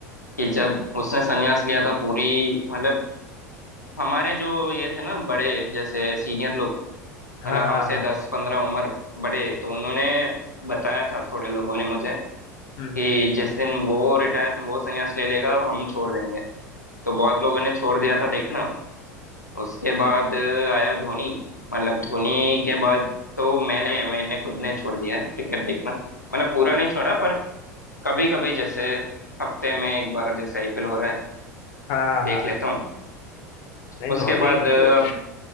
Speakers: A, on the left; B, on the left.
A: कि जब उसने संन्यास लिया था पूरी मतलब हमारे जो ये थे ना बड़े जैसे सीनियर लोग
B: हाँ
A: मतलब हमसे
B: हाँ हाँ
A: दस पंद्रह उम्र बड़े तो उन्होंने बताया था थोड़े लोगों ने मुझे कि
B: हम्म हम्म,
A: जिस दिन वो रिटायर वो संन्यास ले लेगा हम छोड़ देंगे तो बहुत लोगों ने छोड़ दिया था देखना उसके बाद आया धोनी मतलब धोनी के बाद तो मैंने मैंने खुद ने छोड़ दिया है क्रिकेट देखना मतलब पूरा नहीं छोड़ा पर कभी कभी जैसे हफ्ते में एक बार जैसे आईपीएल हो रहा है
B: हाँ हाँ
A: देख
B: हाँ
A: लेता हूँ
B: नहीं
A: उसके
B: धोनी
A: बाद
B: के-
A: अब